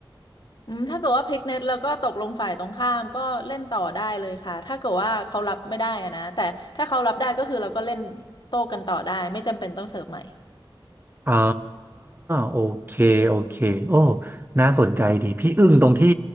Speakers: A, on the left; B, on the right.
A: อืมถ้าเกิดว่าพลิกเน็ตแล้วก็ตกลงฝ่ายตรงข้ามก็เล่นต่อได้เลยค่ะถ้าเกิดว่าเขารับไม่ได้อะนะแต่ถ้าเขารับได้ก็คือเราก็เล่นโต้กันต่อได้ไม่จำเป็นต้องเสิร์ฟใหม่
B: อ๋อโอเคโอเคโอ้น่าสนใจดีพี่อึ้งตรงที่